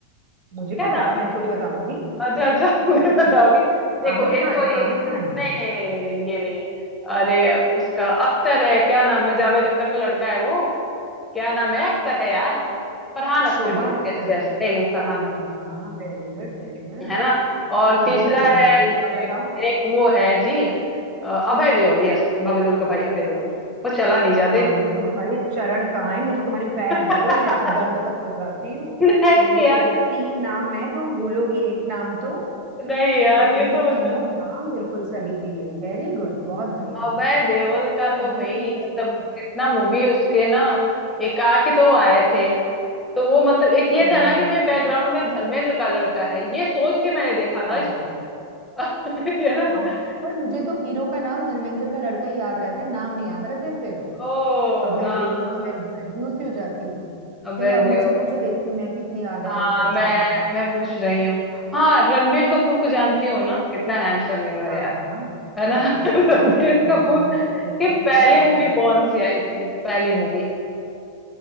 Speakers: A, on the right; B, in the centre.
A: मुझे
B: क्या
A: क्या
B: नाम
A: पता मैं
B: है
A: थोड़ी बताऊंगी
B: अच्छा अच्छा <laughs> मुझे बताओगी देखो
A: आमिर
B: एक
A: खान
B: तो ये
A: आमिर खान
B: नहीं नहीं नहीं नहीं नहीं ये नहीं है अरे उसका अख्तर है क्या नाम है जावेद अख्तर का लड़का है वो क्या नाम है अख्तर है यार Farhan
A: शोभा
B: Akhtar yes
A: अख्तर
B: yes yes नहीं नहीं फरहान
A: अरे
B: अख्तर
A: वाह वेरी गुड वेरी गुड
B: है ना और
A: तो
B: तीसरा
A: दो हो गए
B: है
A: एक और बताओ
B: एक एक वो है जी अ, अभय देओल यस बॉबी देओल का भाई अभय देओल वो चला नहीं जाते
A: भाई तुम्हारे चरण कहाँ है मुझे तुम्हारे पैर
B: <laughs>
A: दे दो मैं दंडवत हो जाती हूँ
B: नहीं
A: मैंने
B: यार
A: सोचा था तीन नाम है तुम भूलोगी एक नाम तो
B: नहीं यार
A: और तुमने
B: ये तो
A: तीनों
B: बताओ
A: नाम बिल्कुल सही दिए वेरी गुड बहुत बढ़िया
B: अभय देवल का तो
A: आप
B: भाई
A: तो मुझे पूछ
B: मतलब
A: लो
B: इतना मूवी उसके ना एकाकी तो आए थे तो वो मतलब एक ये
A: हम्म
B: था ना कि भाई बैकग्राउंड में धर्मेंद्र का लड़का है ये सोच के मैंने देखा था
A: हाँ
B: इसको <laughs> है ना
A: हाँ पर मुझे तो हीरो का नाम धर्मेंद्र का लड़का ही याद रहता है नाम नहीं याद रहते फिर
B: ओ
A: अभय
B: हाँ
A: देओल
B: हाँ
A: तो मैं कंफ्यूज ही हो जाती
B: अभय
A: चलो आप
B: देओल
A: मुझसे पूछो देखती हूँ मैं कितनी याद
B: हाँ
A: है मेरे को अब
B: मैं
A: चीजें
B: मैं पूछ रही हूँ हाँ रणबीर कपूर को जानती हो ना कितना हैंडसम हीरो है
A: हाँ
B: यार
A: हाँ हाँ
B: है ना
A: हाँ
B: <laughs> रणबीर
A: हाँ हाँ
B: कपूर
A: हाँ हाँ बिल्कुल बिल्कुल
B: की
A: कितना
B: पहली
A: प्यारा
B: मूवी
A: है
B: कौन सी आई थी पहली मूवी